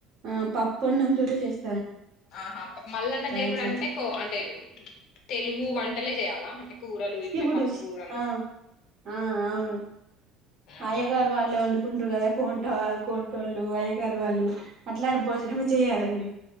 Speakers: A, on the right; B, on the left.
A: ఆ పప్పన్నం తోటే చేస్
B: ఆహా మల్లన్న దేవుడు
A: ఇట్లా
B: అంటే కో అంటే తెలుగు వంటలే చేయాలా అంటే కూరలు
A: శివుడు
B: ఇవి పప్పు
A: ష్
B: కూరలు
A: ఆ ఆ అవును
B: ఆహా
A: అయ్యగారు వాళ్ళే వండుకుంట్రూ కదా కోంట కోంటోళ్ళు అయగారు వాళ్ళు అట్లాంటి భోజనమే చేయాలండి